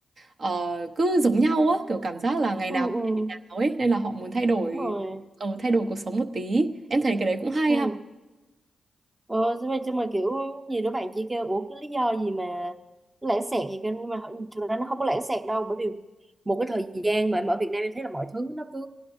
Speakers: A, on the right (about 55°); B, on the right (about 25°).
A: ờ, cứ giống nhau á kiểu cảm giác là ngày
B: ừ
A: nào cũng
B: ừ
A: như ngày nào ấy nên là họ muốn thay đổi
B: đúng rồi
A: ờ, thay đổi cuộc sống một tí em thấy cái đấy cũng hay
B: ừ
A: ha
B: Ờ, xong rồi, xong rồi kiểu nhiều đứa bạn chỉ kêu ủa cái lý do gì mà nó lãng xẹt gì kêu nhưng mà họ- thực ra nó không có lãng xẹt đâu bởi vì một cái thời gian mà em ở Việt Nam em thấy là mọi thứ nó cứ